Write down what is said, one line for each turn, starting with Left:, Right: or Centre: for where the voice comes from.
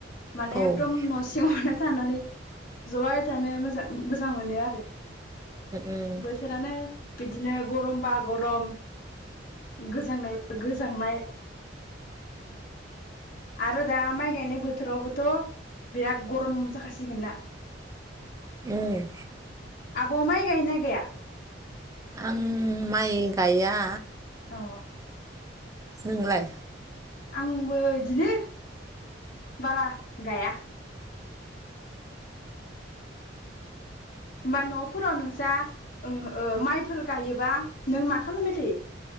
Left: माने
Right: औ उम
Left: एकदम न' सिङावनो थानानै जबाय थानो मोजा-मोजां मोनो आरो
Right: उम
Left: बोथोरानो बिद बिदिनो गरमबा गरम गोजांनायबा गोजांनाय आरो दा माइ गायनाय बोथोरावबोथ' बिराद गरम जाखासिगोन ना <inaudible>
Right: उम
Left: आब' माय गायोना गाया?
Right: आं माइ गायया
Left: औ
Right: नोंलाय?
Left: आंबो बिदिनो बारा गाया होमबा न'फोराव नोंस्रा ओं ओ माइफोर गायोबा नों मा खालामबाय थायो?